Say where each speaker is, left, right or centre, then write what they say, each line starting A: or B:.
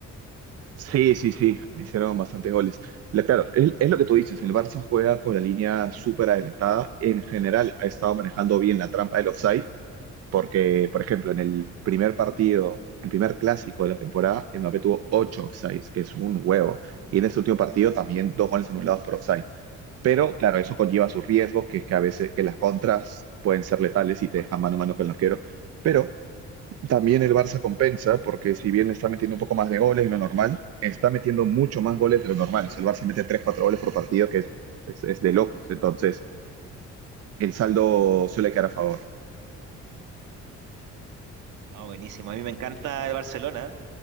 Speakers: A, on the right; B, on the right.
A: Sí, sí, sí, le hicieron bastantes goles. La- claro, es, es lo que tú dices, el Barça juega con la línea súper adelantada. En general ha estado manejando bien la trampa del offside, porque, por ejemplo, en el primer partido, el primer clásico de la temporada, Mbappé tuvo 8 offsides, que es un huevo. Y en ese último partido también dos goles anulados por offside. Pero claro, eso conlleva sus riesgos, que es que a veces que las contras pueden ser letales y te dejan mano a mano con el arquero. Pero también el Barça compensa, porque si bien le está metiendo un poco más de goles de lo normal, está metiendo mucho más goles de lo normal. O sea, el Barça mete tres cuatro goles por partido, que es, es- es de locos. Entonces, el saldo suele quedar a favor.
B: Ah, buenísimo. A mí me encanta el Barcelona.